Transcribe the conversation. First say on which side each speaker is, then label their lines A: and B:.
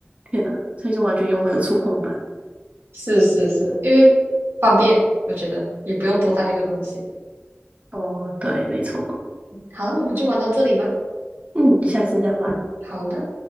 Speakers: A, on the right; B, on the right.
A: 天哪，所以就完全用那个触控板。
B: 是是是，因为方便，我觉得也不用多带一个东西。
A: 哦，对，没错。
B: 好了，我们就玩到这里吧。
A: 嗯，下次再玩。
B: 好的。